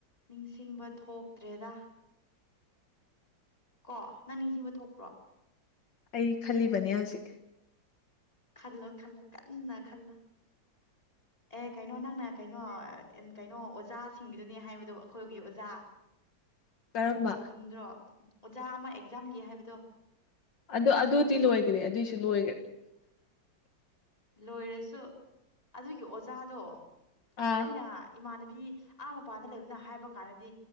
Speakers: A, on the left; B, on the left.
A: ꯅꯤꯡꯁꯤꯡꯕ ꯊꯣꯛꯇ꯭ꯔꯦꯗ ꯀꯣ ꯅꯪ ꯅꯤꯡꯁꯤꯡꯕ ꯊꯣꯛꯄ꯭ꯔꯣ
B: ꯑꯩ ꯈꯜꯂꯤꯕꯅꯦ ꯍꯧꯖꯤꯛ
A: ꯈꯜꯂꯣ ꯈꯜꯣ ꯀꯥꯟꯅ ꯈꯂꯣ ꯑꯦ ꯀꯩꯅꯣ ꯅꯪꯅ ꯀꯩꯅꯣ ꯀꯩꯅꯣ ꯑꯣꯖꯥꯁꯤꯡꯒꯤꯗꯨꯅꯦ ꯍꯥꯏꯕꯗꯣ ꯑꯩꯈꯣꯏꯒꯤ ꯑꯣꯖꯥ
B: ꯀꯔꯝꯕ
A: ꯆꯨꯝꯗ꯭ꯔꯣ ꯑꯣꯖꯥ ꯑꯃ ꯑꯦꯛꯖꯥꯝꯒꯤ ꯍꯥꯏꯕꯗꯣ
B: ꯑꯗꯨ ꯑꯗꯨꯗꯤ ꯂꯣꯏꯈ꯭ꯔꯦ ꯑꯗꯨꯏꯁꯨ ꯂꯣꯏꯈ꯭ꯔꯦ
A: ꯂꯣꯏꯔꯁꯨ ꯑꯗꯨꯒꯤ ꯑꯣꯖꯥꯗꯣ
B: ꯑꯥ
A: ꯑꯩꯅ ꯏꯃꯥꯅ ꯐꯤ ꯑꯥ ꯃꯄꯥꯟꯗ ꯂꯩꯕꯅ ꯍꯥꯏꯕ ꯀꯥꯟꯗꯗꯤ